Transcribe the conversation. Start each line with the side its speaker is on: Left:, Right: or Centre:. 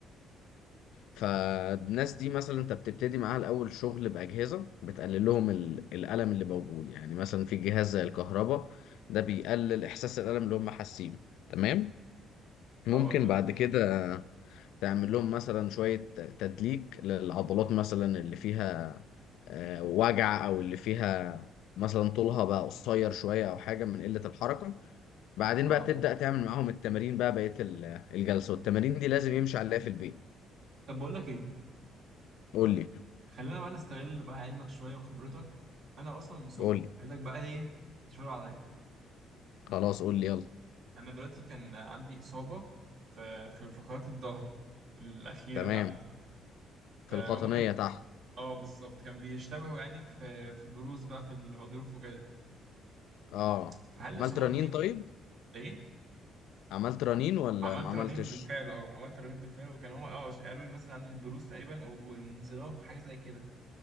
Left: فالناس دي مثلا انت بتبتدي معاها الأول شغل بأجهزة بتقلل لهم ال- الألم اللي موجود يعني مثلا في جهاز زي الكهرباء ده بيقلل إحساس الألم اللي هم حاسينه تمام ممكن
Right: اه تمام
Left: بعد كده تعمل لهم مثلا شوية تدليك للعضلات مثلا اللي فيها آه، وجع أو اللي فيها مثلا طولها بقى قصير شوية أو حاجة من قلة الحركة بعدين
Right: اه
Left: بقى تبدأ تعمل معاهم التمارين بقى بقية ال- الجلسة والتمارين دي لازم يمشي عليها في البيت
Right: طب بقول لك ايه
Left: قول لي
Right: خلينا بقى نستغل بقى علمك شويه وخبرتك انا اصلا مصاب
Left: قول لي
Right: عايزك بقى ايه تشاور عليا
Left: خلاص قول لي يلا
Right: انا دلوقتي كان عندي اصابه في في فقرات الظهر الاخيره
Left: تمام
Right: تحت فهم
Left: في القطنية
Right: كان
Left: تحت
Right: اه بالظبط كان بيشتبهوا يعني في في بروز بقى في الغضروف وكده
Left: اه
Right: فهل الاصابات
Left: عملت رنين
Right: دي
Left: طيب
Right: ايه
Left: عملت رنين ولا
Right: عملت
Left: ما عملتش
Right: رنين بالفعل اه عملت رنين بالفعل وكان هما اه قالوا لي مثلا عندي البروز تقريبا او انزلاق حاجه زي كده